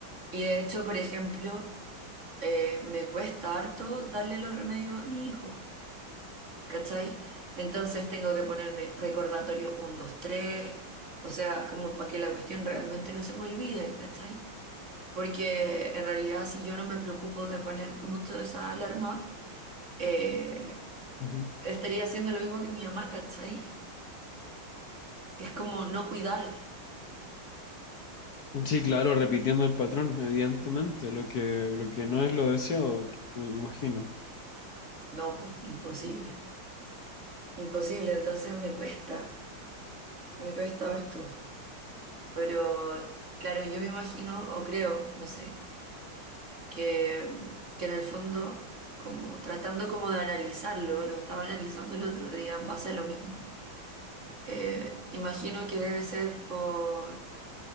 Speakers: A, on the right (about 35°); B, on the left (about 55°).
A: Y de hecho, por ejemplo... eh, me cuesta harto darle los remedios a mi hijo, ¿cachai? Entonces tengo que ponerme recordatorio uno 2 3, o sea, como para que la cuestión realmente no se me olvide, ¿cachai? Porque en realidad si yo no me preocupo de poner mucho de esa alarma, eh,
B: Ujú.
A: estaría haciendo lo mismo que mi mamá, ¿cachai? es como no cuidar.
B: Sí, claro, repitiendo el patrón, evidentemente, lo que, lo que no es lo deseado, me imagino.
A: No, pues, imposible. Imposible, entonces me cuesta, me cuesta harto. Pero claro, yo me imagino, o creo, no sé, que, que en el fondo, como tratando como de analizarlo, lo estaba analizando el otro día en base a lo mismo. Eh, imagino que debe ser por,